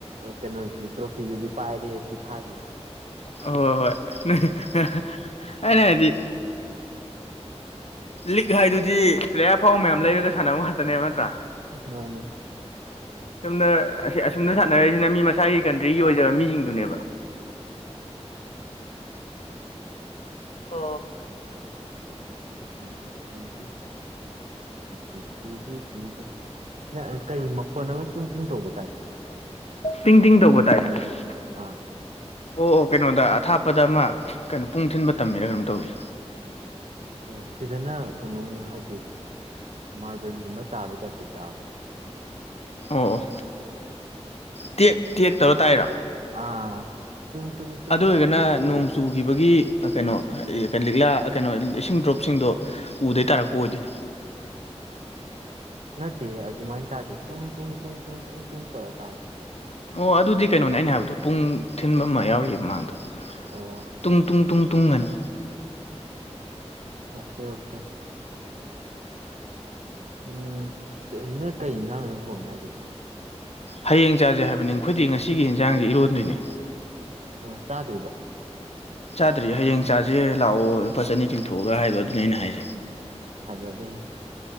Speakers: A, on the right (about 80°); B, on the left (about 65°).
A: ꯀꯩꯅꯣꯗꯤ ꯇ꯭ꯔꯣꯐꯤꯗꯨꯗꯤ ꯄꯥꯏꯔꯦ ꯐꯤꯐꯒꯤ
B: ꯍꯣꯏ ꯍꯣꯏ ꯑꯩꯅ ꯍꯥꯏꯗꯤ ꯂꯤꯛ ꯍꯥꯏꯗꯨꯗꯤ ꯄ꯭ꯂꯦꯌꯥꯔ ꯐꯥꯎꯕ ꯃꯌꯥꯝ ꯂꯩꯔꯒ ꯁꯥꯟꯅꯕ ꯉꯥꯛꯇꯅꯦꯕ ꯅꯠꯇ꯭ꯔꯥ
A: ꯃꯥꯅꯦ
B: ꯑꯁꯨꯝꯅ ꯑꯁꯨꯝꯅ ꯁꯥꯟꯅꯔꯔꯤꯁꯤꯅ ꯃꯤ ꯃꯁꯥꯒꯤ ꯀꯟꯇ꯭ꯔꯤꯒꯤ ꯑꯣꯏꯖꯕ ꯃꯤꯁꯤꯡꯗꯨꯅꯦꯕ ꯑ
A: ꯇ ꯇ ꯇ ꯇ ꯇ ꯅ ꯀꯩ ꯃꯈꯣꯟ ꯑꯃ ꯄꯤꯡ ꯇꯧꯕ ꯇꯥꯔꯦ
B: ꯄꯤꯡ ꯇꯤꯡ ꯇꯧꯕ ꯇꯥꯏ ꯑꯣ
A: ꯑꯥ
B: ꯑꯣ ꯀꯩꯅꯣ ꯑꯊꯥꯞꯄꯗ ꯑꯃ ꯀꯩꯅꯣ ꯄꯨꯡ ꯊꯤꯟꯕ ꯇꯝꯃꯤꯔ ꯀꯩꯅꯣ ꯇꯧꯔꯤ
A: ꯑꯣ ꯁꯤꯗꯅ ꯀꯩꯅꯣꯝ ꯍꯥꯏꯗꯤ ꯃꯥꯔꯕꯜꯒꯨꯝꯕ ꯇꯥꯕꯩ ꯇꯥꯏꯞꯇ ꯇꯥꯕ
B: ꯑꯣ ꯑꯣ ꯇꯦꯛ ꯇꯦꯛ ꯇꯧꯔ ꯇꯥꯏꯔꯣ
A: ꯑꯥ ꯇꯨꯡ ꯇꯨꯡ ꯇꯨꯡ
B: ꯑꯗꯨ ꯑꯣꯏꯔꯒꯅ
A: ꯇꯨꯡ ꯇꯨꯡ ꯇꯧ
B: ꯅꯣꯡ ꯆꯨꯈꯤꯕꯒꯤ ꯀꯩꯅꯣ ꯂꯤꯛꯂꯥ ꯀꯩꯅꯣ ꯏꯁꯤꯡ ꯗ꯭ꯔꯣꯞꯁꯤꯡꯗꯣ ꯎꯗꯩ ꯇꯥꯔꯛꯄ ꯑꯣꯏꯗꯣꯏꯅꯤ
A: ꯅꯠꯇꯦ ꯑꯗꯨꯃꯥꯏꯅ ꯇꯥꯗꯦ ꯇꯨꯡ ꯊꯨꯡ ꯊꯨꯡ ꯇꯨꯡ ꯇꯨꯡ ꯇꯨꯡ ꯇꯧꯔ ꯇꯥ
B: ꯑꯣ ꯑꯗꯨꯗꯤ ꯀꯩꯅꯣꯅꯦ ꯑꯩꯅ ꯍꯥꯏꯕꯗꯣ ꯄꯨꯡ ꯊꯤꯟꯕ ꯑꯃ ꯌꯥꯎꯔꯤꯌꯦ ꯃꯃꯥꯡꯗ
A: ꯑꯣ
B: ꯇꯨꯡ ꯇꯨꯡ ꯇꯨꯡ ꯇꯨꯡꯉꯅ
A: ꯑꯣꯀꯦ ꯑꯣꯀꯦ ꯎꯝ ꯅ ꯀꯩ ꯏꯟꯁꯥꯡꯅꯅ ꯊꯣꯡꯉꯦ ꯍꯥꯏꯈꯤꯕꯗꯨ
B: ꯍꯌꯦꯡ ꯆꯥꯥꯁꯦ ꯍꯥꯏꯕꯅꯤ ꯑꯩꯈꯣꯏꯗꯤ ꯉꯁꯤꯒꯤ ꯌꯦꯟꯁꯥꯡꯁꯤꯦ ꯏꯔꯣꯟꯗꯣꯏꯅꯦ
A: ꯑꯣ ꯆꯥꯗ꯭ꯔꯤꯕꯣ
B: ꯆꯥꯗ꯭ꯔꯤ ꯍꯌꯦꯡ ꯆꯥꯁꯦ ꯂꯥꯛꯑꯣ ꯂꯨꯄꯥ ꯆꯅꯤ ꯇꯤꯡꯊꯣꯛꯑꯒ ꯍꯥꯏꯕꯗꯣ ꯑꯗꯨꯅꯤ ꯑꯩꯅ ꯍꯥꯏꯁꯦ
A: ꯑꯖꯗꯦꯦ